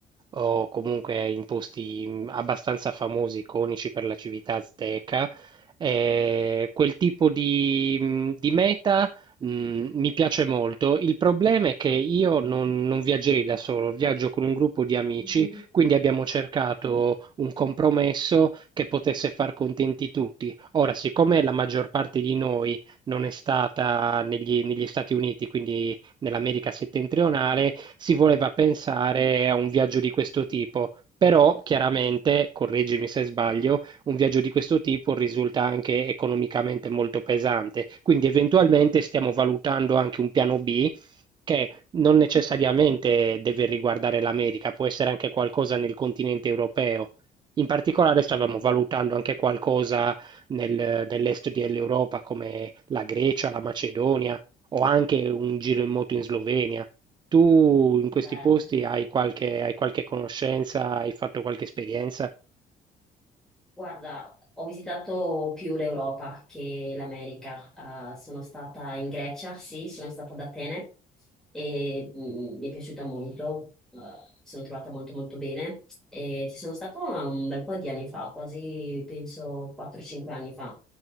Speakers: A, on the right; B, in the centre.
A: o comunque in posti mh, abbastanza famosi, iconici per la civiltà azteca. E quel tipo di, mh, di meta Mhmm, mi piace molto. Il problema è che io non non viaggerei da solo, viaggio con un gruppo di amici,
B: <laughs>
A: quindi abbiamo cercato un compromesso che potesse far contenti tutti. Ora, siccome la maggior parte di noi non è stata negli negli Stati Uniti, quindi nell'America settentrionale, si voleva pensare a un viaggio di questo tipo. Però chiaramente, correggimi se sbaglio, un viaggio di questo tipo risulta anche economicamente molto pesante. Quindi eventualmente stiamo valutando anche un piano B che non necessariamente deve riguardare l'America, può essere anche qualcosa nel continente europeo. In particolare stavamo valutando anche qualcosa nel- nell'est dell'Europa, come la Grecia, la Macedonia o anche un giro in moto in Slovenia. Tu in questi
B: Bello.
A: posti hai qualche, hai qualche conoscenza, hai fatto qualche esperienza?
B: Guarda, ho visitato più l'Europa che l'America. Ah, sono stata in Grecia, sì, sono stata ad Atene e mm, mm, mi è piaciuta molto, eh, mi sono trovata molto molto bene e ci sono stata un bel po' di anni fa, quasi penso 4-5 anni fa